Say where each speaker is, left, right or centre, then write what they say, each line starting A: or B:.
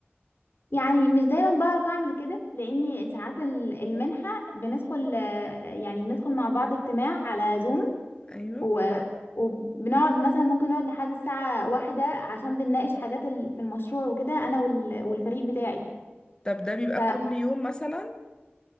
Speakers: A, on the left (about 60°); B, on the left (about 20°).
A: يعني مش دايما بعرف اعمل كده لاني ساعات ال- المنحه بندخل آه، يعني بندخل مع بعض اجتماع على زوم
B: ايوه
A: و... وبنقعد مثلا ممكن نقعد لحد الساعة واحدة عشان بنناقش حاجات ال- في المشروع وكده أنا وال... والفريق بتاعي
B: طب ده بيبقى
A: فلا
B: كل يوم مثلا